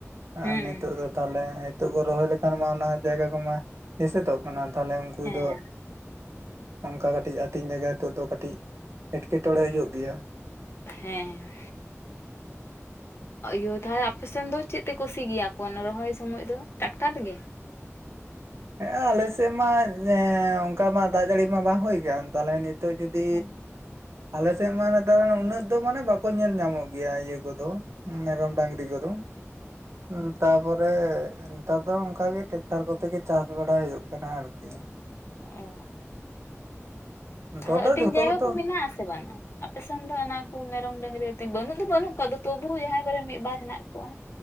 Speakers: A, on the right (about 65°); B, on the left (about 55°).
A: ᱟᱨ
B: ᱦᱩᱸ
A: ᱱᱤᱛᱳᱜ ᱫᱚ ᱛᱟᱦᱚᱞᱮ, ᱱᱤᱛᱳᱜ ᱠᱚ ᱨᱚᱦᱚᱭ ᱞᱮᱠᱷᱟᱱ ᱢᱟ ᱚᱱᱟ ᱡᱟᱭᱜᱟ ᱠᱚᱢᱟ ᱮᱥᱮᱫᱚᱜ ᱠᱟᱱᱟ ᱛᱟᱦᱚᱞᱮ ᱩᱝᱠᱩ
B: ᱦᱮᱸ
A: ᱫᱚ ᱚᱝᱠᱟ ᱠᱟᱹᱴᱤᱡ ᱟᱹᱛᱤᱧ ᱡᱟᱭᱜᱟ ᱦᱤᱛᱚᱜ ᱫᱚ ᱠᱟᱹᱴᱤᱡ ᱮᱴᱠᱮᱴᱚᱬᱮ ᱦᱩᱭᱩᱜ ᱜᱮᱭᱟ᱾
B: ᱦᱮᱸ᱾ ᱤᱭᱟᱹ ᱛᱟᱦᱚᱞᱮ ᱟᱯᱮ ᱥᱮᱱ ᱫᱚ ᱪᱮᱫ ᱛᱮ ᱠᱚ ᱥᱤ ᱜᱮᱭᱟ ᱠᱚ ᱚᱱᱟ ᱨᱚᱦᱚᱭ ᱥᱚᱢᱚᱭ ᱫᱚ, ᱴᱟᱠᱴᱟᱨ ᱛᱮ ᱜᱮ?
A: ᱦᱮᱸ ᱟᱞᱮ ᱥᱮᱫ ᱢᱟ ᱡᱮ ᱦᱮᱸ ᱚᱝᱠᱟ ᱢᱟ ᱫᱟᱜ ᱡᱟᱹᱲᱤ ᱢᱟ ᱵᱟᱝ ᱦᱩᱭ ᱠᱟᱱ ᱛᱟᱦᱚᱞᱮ ᱱᱤ ᱛᱚᱜ ᱡᱩᱫᱤ
B: ᱚ
A: ᱟᱞᱮ ᱥᱮᱫ ᱢᱟ ᱱᱮᱛᱟᱨ ᱢᱟ ᱩᱱᱟᱹᱜ ᱫᱚ ᱢᱟᱱᱮ ᱵᱟᱠᱚ ᱧᱮᱞ ᱧᱟᱢᱚᱜ ᱜᱮᱭᱟ ᱤᱭᱟᱹ ᱠᱚᱫᱚ, ᱢᱮᱨᱚᱢ ᱰᱟᱝᱨᱤ ᱠᱚ ᱫᱚ᱾ ᱦᱩᱸ ᱛᱟᱯᱚᱨᱮ ᱱᱮᱛᱟᱨ ᱫᱚ ᱚᱝᱠᱟ ᱜᱮ ᱴᱮᱠᱴᱟᱨ ᱠᱚᱛᱮ ᱜᱮ ᱪᱟᱥ ᱵᱟᱲᱟᱭ ᱦᱳᱭᱳᱜ ᱠᱟᱱᱟ ᱟᱨᱠᱤ᱾
B: ᱚ,
A: ᱱᱮᱛᱟᱨ
B: ᱛᱟᱦᱚᱞᱮ
A: ᱫᱚ
B: ᱟᱹᱛᱤᱧ
A: ᱡᱷᱚᱛᱚ
B: ᱡᱟᱭᱜᱟ
A: ᱜᱮᱛᱚ
B: ᱠᱚ ᱢᱮᱱᱟᱜ-ᱟ ᱥᱮ? <unintelligible> ᱟᱯᱮ ᱥᱮᱱ ᱫᱚ ᱚᱱᱟ ᱠᱩ ᱢᱮᱨᱚᱢ ᱰᱟᱹᱝᱨᱤ ᱟᱹᱛᱤᱧ ᱵᱟᱹᱱᱩᱜ ᱫᱚ ᱵᱟᱹᱱᱩᱜ ᱠᱚᱣᱟ ᱟᱫᱚ ᱛᱚᱵᱩ ᱡᱟᱦᱟᱸ ᱠᱚᱨᱮ ᱢᱤᱫ ᱵᱟᱨ ᱦᱮᱱᱟᱜ ᱠᱚᱣᱟ᱾